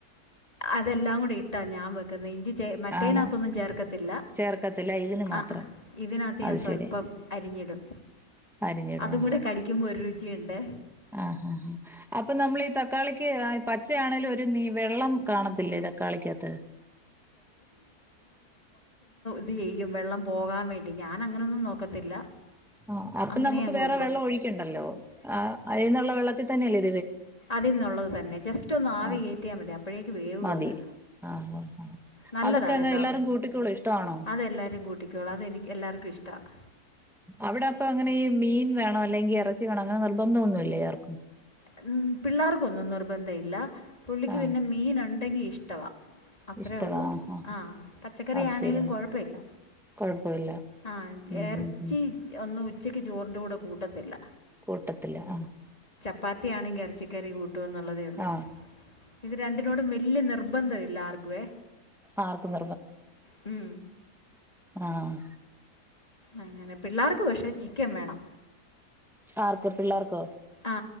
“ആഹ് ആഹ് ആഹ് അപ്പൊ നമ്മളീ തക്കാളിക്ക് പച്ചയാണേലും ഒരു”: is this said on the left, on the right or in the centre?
Centre